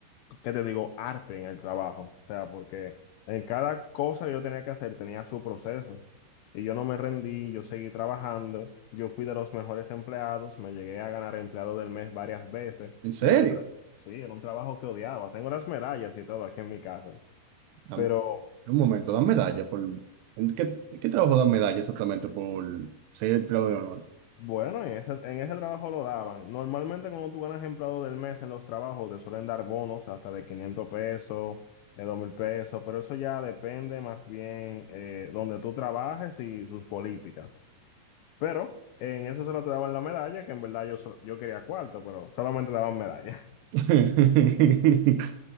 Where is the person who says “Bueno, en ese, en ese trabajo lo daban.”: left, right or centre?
Left